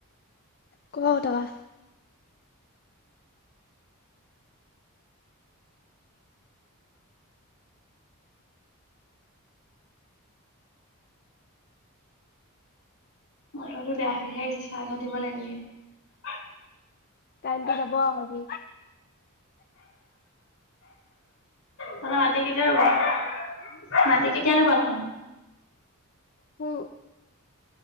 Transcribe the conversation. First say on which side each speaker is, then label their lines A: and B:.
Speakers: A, on the left (about 45°); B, on the left (about 70°).
A: কবা অটাবা।
B: মটৰটো বেয়া হৈ আহিছে চাৰ্জত দিব লাগিব।
A: কাৰেণ্টতো যাব আও আজি।
B: তহঁতৰ মাটি কে <unintelligible> মাটি কেতিয়া এতিয়া আৰু বান্ধানা
A: অ।